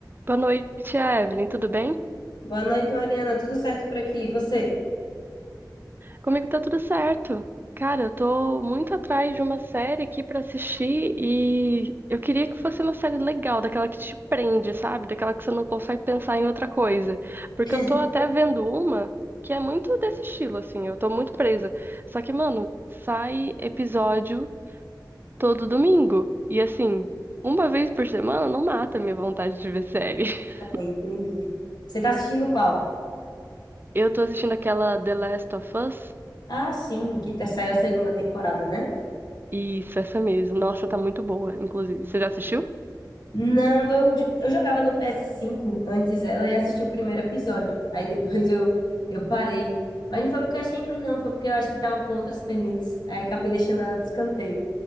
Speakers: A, on the right; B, on the left.
A: Boa noite, Evelyn. Tudo bem?
B: Boa noite, Mariana. Tudo certo por aqui? E você?
A: Comigo tá tudo certo. Cara, eu tô muito atrás de uma série aqui pra assistir e eu queria que fosse uma série legal, daquela que te prende, sabe? Daquela que você não consegue pensar em outra coisa. Porque
B: <laughs>
A: eu tô até vendo uma que é muito desse estilo, assim. Eu tô muito presa. Só que, mano, sai episódio todo domingo. E assim, uma vez por semana não mata a minha vontade de ver série. <laughs>
B: É, Entendi. Você tá assistindo qual?
A: Eu tô assistindo aquela The Last of Us.
B: Ah, sim, que tá saindo a segunda temporada, né?
A: Isso, essa mesmo. Nossa, tá muito boa, inclusive. Você já assistiu?
B: Não, eu, jo- eu jogava no PS5 antes dela e assisti o primeiro episódio. Aí depois eu, eu parei. Mas não foi porque eu achei ruim, não. Foi porque eu acho que tava com outras pendentes. Aí acabei deixando ela de escanteio.